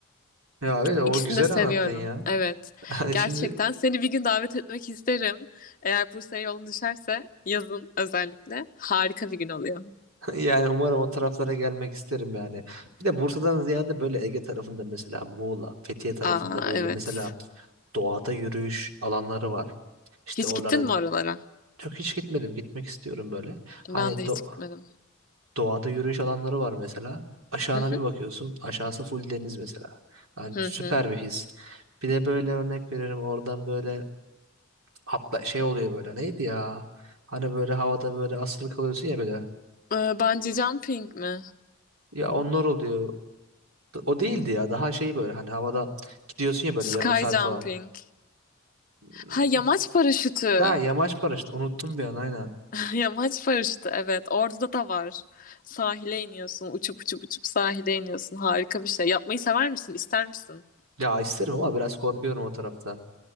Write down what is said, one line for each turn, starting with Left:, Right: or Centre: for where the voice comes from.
Right: Ya evet o
Left: İkisini
Right: güzel
Left: de seviyorum.
Right: anlattın ya.
Left: Evet.
Right: <laughs> Hani
Left: Gerçekten
Right: şimdi
Left: seni bir gün davet etmek isterim. Eğer Bursa'ya yolun düşerse yazın özellikle. Harika bir gün oluyor.
Right: Yani umarım o taraflara gelmek isterim yani. Bir de Bursa'dan ziyade böyle Ege tarafında mesela Muğla, Fethiye tarafında
Left: Aa
Right: böyle
Left: evet.
Right: mesela doğada yürüyüş alanları var. İşte
Left: Hiç
Right: oralara
Left: gittin mi oralara?
Right: yok hiç gitmedim. Gitmek istiyorum böyle. Hani
Left: Ben de
Right: do-
Left: hiç gitmedim.
Right: doğada yürüyüş alanları var mesela. Aşağına
Left: Hı hı.
Right: bir bakıyorsun. Aşağısı full deniz mesela. Yani
Left: Hı
Right: süper
Left: hı.
Right: bir his. Bir de böyle örnek veririm oradan böyle atla şey oluyor böyle. Neydi ya? Hani böyle havada böyle asılı kalıyorsun ya böyle.
Left: Ee, bungee jumping mi?
Right: Ya onlar oluyor. O değildi ya. Daha şey böyle hani havada gidiyorsun ya böyle
Left: Sky
Right: yarım saat
Left: jumping.
Right: falan. Hmm,
Left: Ha yamaç paraşütü.
Right: Ha yamaç
Left: <laughs>
Right: paraşütü. Unuttum bir an aynen.
Left: Yamaç paraşütü evet. Orada da var. Sahile iniyorsun. Uçup uçup uçup sahile iniyorsun. Harika bir şey. Yapmayı sever misin? İster misin?
Right: Ya isterim ama biraz korkuyorum o tarafta.